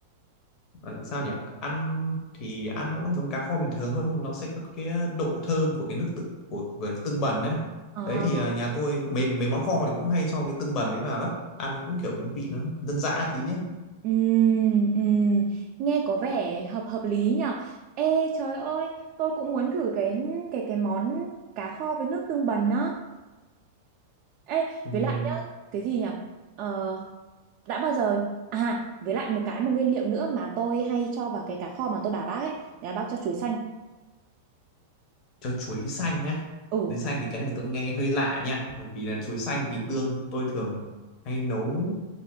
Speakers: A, on the left; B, on the right.
A: Gọi là sao nhỉ ăn thì ăn nó cũng giống cá kho bình thường thôi nhưng nó sẽ có cái độ thơm của cái nước tự của, của tương bần đấy
B: Ờ,
A: đấy thì à, nhà tôi mấy mấy món kho thì cũng hay cho cái tương bần đấy vào đó ăn nó cũng kiểu cái vị nó dân dã tí ấy.
B: ừm, ừm, nghe có vẻ hợp hợp lý nhở ê trời ơi tôi cũng muốn thử cái cái cái món cá kho với nước tương bần á ê
A: Ừm,
B: với lại nhá cái gì nhở ờ, đã bao giờ à với lại một cái một nguyên liệu nữa mà tôi hay cho vào cái cá kho mà tôi bảo bác ấy là bác cho chuối xanh
A: cho chuối xanh á
B: ừ
A: chuối xanh thì cái này tôi nghe hơi lạ nha bởi vì là chuối xanh thì tương tôi thường hay nấu